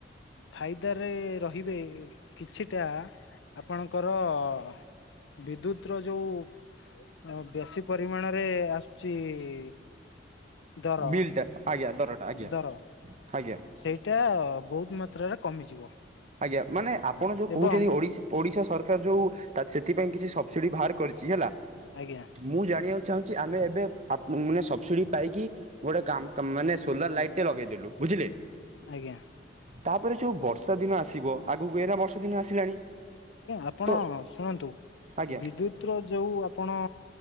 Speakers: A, on the left; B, on the right.
A: ଫାଇଦାରେ ରହିବେ କିଛିଟା ଆ ଆପଣଙ୍କର ଅ ବିଦ୍ୟୁତ ର ଯୋଉ ଅ ବେଶୀ ପରିମାଣରେ ଆସୁଚି ଇ ଦର
B: ବିଲ୍ଟା ଆଜ୍ଞା ଦରଟା ଆଜ୍ଞା
A: ଦର
B: ଆଜ୍ଞା।
A: ସେଇଟା ବହୁତ ମାତ୍ରାରେ କମିଯିବ।
B: ଆଜ୍ଞା ମାନେ ଆପଣ ଯଉ କହୁଛନ୍ତି
A: ଏବଂ
B: ଓଡ଼ିଶ ଓଡ଼ିଶା ସରକାର ଯୋଉ ସେଥିପାଇଁ କିଛି ସବସିଡି ବାହାର କରିଚି ହେଲା
A: ଆଜ୍ଞା।
B: ମୁଁ ଜାଣିବାକୁ ଚାହୁଁଚି ଆମେ ଏବେ ଆପ ମାନେ ସବସିଡି ପାଇକି ଗୋଟେ କାମ ମାନେ ସୋଲାର ଲାଇଟଟେ ଲଗେଇଦେଲୁ ବୁଝିଲେ
A: ଆଜ୍ଞା!
B: ତାପରେ, ଯୋଉ ବର୍ଷା ଦିନ ଆସିବ ଆଗକୁ, ଏଇନା ବର୍ଷା ଦିନ ଆସିଲାଣି।
A: ଆପଣ
B: ତ
A: ଶୁଣନ୍ତୁ!
B: ଆଜ୍ଞା
A: ବିଦ୍ୟୁତ ପ୍ର ଯୋଉ ଆପଣ